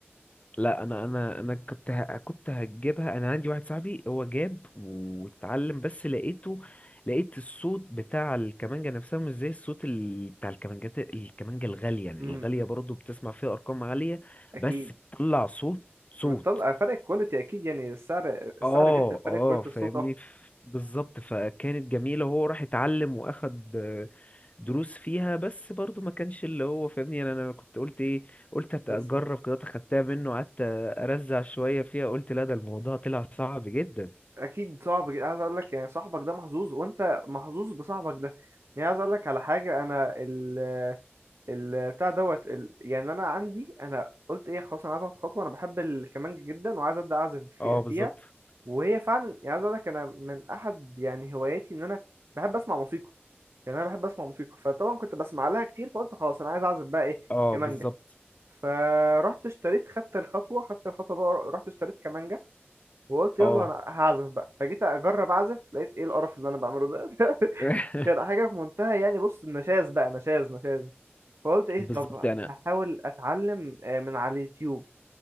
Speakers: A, on the left (about 30°); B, on the right (about 80°).
A: لا انا انا انا كنت ه... كنت هجيبها انا عندي واحد صاحبي هو جاب واتعلم بس لقيته لقيت الصوت بتاع الكمانجة نفسها مش زي الصوت ال... بتاع الكمانجات الكمانجة الغالية يعني
B: امم
A: الغالية
B: امم،
A: برضو بتسمع فيها ارقام عالية
B: اكيد
A: بس بتطلع صوت صوت
B: بتطلع فرق الكواليتي اكيد يعني السعر السعر
A: اه
B: بيفرق فرق
A: اه
B: كواليتي
A: فاهمني
B: الصوت اه
A: ف- بالظبط فكانت جميلة هو راح اتعلم واخد آه، دروس فيها بس برضو ما كانش اللي هو فاهمني انا انا كنت قلت ايه قلت هت-
B: بس
A: اجرب كده اخدتها منه قعدت ارزع شوية فيها قلت لا ده الموضوع طلع صعب جدا
B: اكيد صعب جدا عايز اقول لك يعني صاحبك ده محظوظ وانت محظوظ بصاحبك ده يعني عايز اقول لك على حاجه انا ال ال بتاع دوت ال يعني انا عندي انا قلت ايه خلاص انا عايز اخد خطوه انا بحب الكمانجه جدا وعايز ابدا اعزف
A: اه
B: في- فيها
A: بالظبط
B: وهي فعلا يعني عايز اقول لك انا من احد يعني هواياتي ان انا بحب اسمع موسيقى يعني انا بحب اسمع موسيقى فطبعا كنت بسمع لها كتير فقلت خلاص انا عايز اعزف بقى ايه
A: اه
B: كمانجه
A: بالظبط
B: فرحت اشتريت خدت الخطوه خدت الخطوه بقى رحت اشتريت كمانجه وقلت يلا
A: اه
B: انا هعزف بقى فجيت اجرب اعزف لقيت ايه القرف اللي انا بعمله ده <laughs>
A: <laughs>
B: كانت حاجه في منتهى يعني بص النشاز بقى نشاز نشاز فقلت ايه
A: بالظبط
B: طب
A: انا
B: هحاول اتعلم آه، من على اليوتيوب